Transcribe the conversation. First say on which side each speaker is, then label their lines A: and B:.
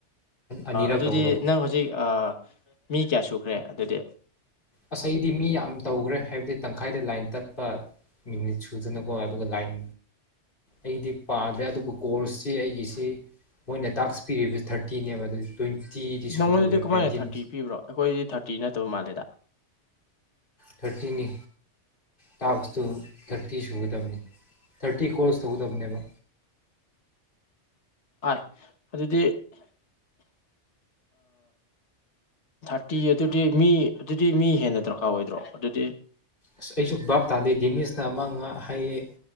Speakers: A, on the left; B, on the left.
A: ꯑꯅꯤꯔꯛ
B: ꯑꯗꯨꯗꯤ
A: ꯇꯧꯒꯗꯧꯕ
B: ꯅꯪ ꯍꯧꯖꯤꯛ ꯍꯧꯖꯤꯛ ꯃꯤ ꯀꯌꯥ ꯁꯨꯈ꯭ꯔꯦ ꯑꯗꯨꯗꯤ
A: ꯑꯁ ꯑꯩꯗꯤ ꯃꯤ ꯌꯥꯝ ꯇꯧꯈ꯭ꯔꯦ ꯍꯥꯏꯕꯗꯤ ꯇꯪꯈꯥꯏꯗ ꯂꯥꯏꯟ ꯇꯠꯄ ꯃꯤꯅꯤꯠ ꯁꯨꯗꯅꯀꯣ ꯑꯗꯨꯒ ꯂꯥꯏꯟ ꯑꯩꯗꯤ ꯄꯥꯗ꯭ꯔꯦ ꯑꯗꯨꯕꯨ ꯀꯣꯔꯁꯁꯤ ꯑꯩꯒꯤꯁꯤ ꯃꯣꯏꯅ ꯇꯥꯛꯁ ꯄꯤꯔꯤꯕꯁꯤ ꯊꯥꯔꯇꯤꯅꯦꯕ ꯑꯗꯨ ꯇ꯭ꯋꯦꯟꯇꯤꯗꯤ
B: ꯅꯪꯉꯣꯟꯗꯗꯤ
A: ꯁꯨꯗꯧꯔꯦ
B: ꯀꯃꯥꯏꯅ
A: ꯅꯥꯏꯟꯇꯤꯟ
B: ꯊꯥꯔꯇꯤ ꯄꯤꯕ꯭ꯔꯣ ꯑꯩꯈꯣꯏꯗꯤ ꯊꯥꯔꯇꯤ ꯅꯠꯇꯕ ꯃꯥꯜꯂꯦꯗ
A: ꯊꯥꯔꯇꯤꯅꯤ ꯊꯥꯔꯇꯤ ꯁꯅꯤ ꯊꯥꯔꯇꯤ ꯀꯣꯔꯁ ꯇꯧꯒꯗꯕꯅꯦꯕ
B: ꯑꯥꯏ ꯑꯗꯨꯗꯤ ꯊꯥꯔꯇꯤ ꯑꯗꯨꯗꯤ ꯃꯤ ꯑꯗꯨꯗꯤ ꯃꯤ ꯍꯦꯟꯅ ꯗꯔꯀꯥꯔ ꯑꯣꯏꯗ꯭ꯔꯣ ꯑꯗꯨꯗꯤ
A: ꯑꯁ ꯑꯩꯁꯨ ꯕꯥꯥꯞ ꯇꯥꯗꯦ ꯗꯤꯃꯤꯁꯅ ꯑꯃ ꯍꯥꯏꯌꯦ